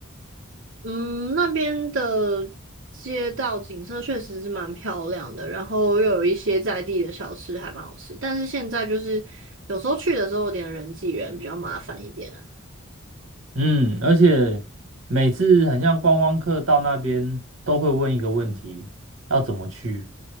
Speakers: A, on the right (about 65°); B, on the right (about 85°).
A: 嗯，那边的街道景色确实是蛮漂亮的，然后又有一些在地的小吃还蛮好吃，但是现在就是有时候去的时候有点人挤人，比较麻烦一点。
B: 嗯，而且每次很像观光客到那边都会问一个问题，要怎么去？